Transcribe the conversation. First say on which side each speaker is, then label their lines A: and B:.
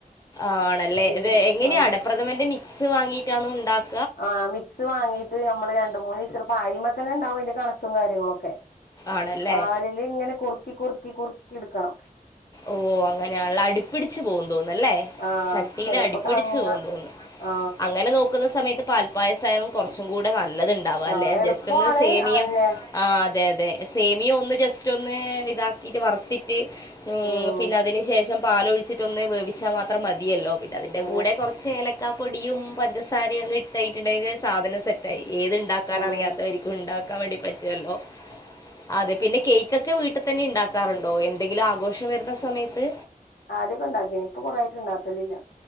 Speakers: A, on the left; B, on the left.
A: ആണല്ലേ
B: പിന്നെ
A: ഇത് എങ്ങനെയാ
B: ആ
A: അടപ്രഥമന്റെ മി ക്സ് വാങ്ങീട്ടാണുണ്ടാക്
B: ആ മിക്സ് വാങ്ങീട്ട് നമ്മള് രണ്ടു മൂന്ന് ത്ര അയിമ്മേ തന്നുണ്ടാവും അതിന്റെ കണക്കും കാര്യങ്ങളൊക്കെ
A: ആണല്ലേ
B: പാലില് ഇങ്ങനെ കുറുക്കി കുറുക്കി കുറു ക്കിടുക്കണം
A: ഓ അങ്ങനെയാണല്ലെ അടിപ്പിടിച്ചു പോകും ന്നുന്നല്ലേ
B: ആ
A: ചട്ടീല്
B: ചെലപ്പോ
A: അടിപ്പിടിച്ചു
B: കങ്ങ
A: പോകുന്ന് തോന്നുന്നു
B: ആ
A: അങ്ങനെ നോക്കുന്ന സമയ പാൽപ്പായസായാലും കൊറച്ചുംകൂടെ <unintelligible> നല്ലതുണ്ടാവാലെ
B: ആ എളുപ്പമാണ്
A: ജസ്റ്റൊന്ന് സേമിയ
B: ആ പിന്നെ
A: ആ അതെ അതെ സേമിയ ഒന്ന് ജസ്റ്റൊന്ന് ഇതാകി ഇത് വറുത്തിട്ട്
B: ഉം
A: പിന്നെ അതിന് ശേഷം പാലൊഴിച്ചിട്ടൊന്ന് വേവിച്ചാ മാത്രം മതിയല്ലോ പിന്നെ അതിന്റെ
B: അതെ
A: കൂടെ കൊറച്ച്ഏലക്കാ പൊടിയും പഞ്ചസാരെയും അങ്ങ് ഇട്ടയ്ഞ്ഞിട്ടുണ്ടെങ്കിൽ സാധനം സെറ്റായി ഏത്ണ്ടാക്കാൻ
B: ഉം
A: അറിയാത്തവരിക്കും ഉണ്ടാ കാവടി പറ്റുവല്ലോ അതെ പിന്നെ കേക് ചക്ക വീട്ട് തന്നെ ണ്ടാക്കാറ്ണ്ടോ എന്തെങ്കിലാ ഘോഷം വരുന്ന സമയത്ത്
B: ആദ്യൊക്കെ ണ്ടാക്കീനി ഇപ്പൊ കൊറെ ആയിട്ട് ഉണ്ടാക്കുന്നില്ല